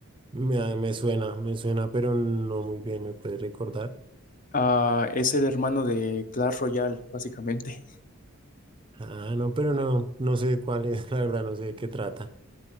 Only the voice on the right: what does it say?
Me, me suena, me suena, pero no muy bien. ¿Me puedes recordar?
Ah, no, pero no, no sé cuál es, <laughs> la verdad, no sé de qué trata.